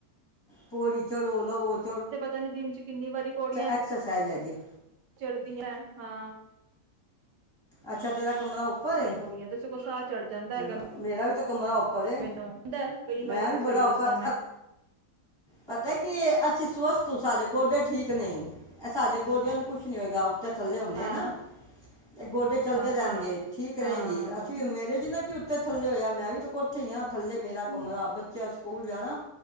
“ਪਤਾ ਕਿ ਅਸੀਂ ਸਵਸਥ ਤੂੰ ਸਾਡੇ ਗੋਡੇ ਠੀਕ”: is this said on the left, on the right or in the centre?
Left